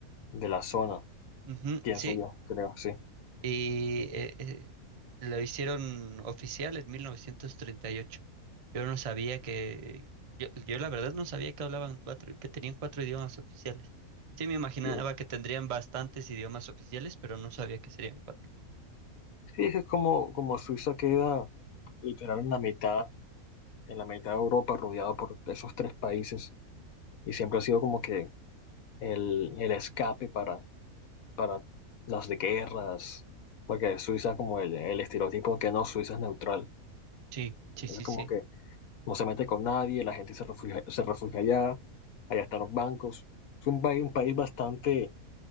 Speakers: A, on the left; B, on the right.
A: de la zona,
B: Ujú,
A: pienso
B: sí,
A: yo, creo, sí.
B: y eh, eh, lo hicieron oficial en mil novecientos treinta y ocho Yo no sabía que, yo, yo la verdad no sabía que hablaban cuatro, que tenían cuatro idiomas oficiales. Sí, me imaginaba
A: Sí,
B: que tendrían bastantes idiomas oficiales, pero no sabía que serían cuatro.
A: sí, es como, como Suiza queda literal en la mitad, en la mitad de Europa, rodeado por esos tres países, y siempre ha sido como que el, el escape para, para las de guerras, porque Suiza es como el, el estereotipo que no, Suiza es neutral,
B: Sí, sí, sí,
A: es como
B: sí.
A: que no se mete con nadie, la gente se refugia, se refugia allá, allá están los bancos, es un país, un país bastante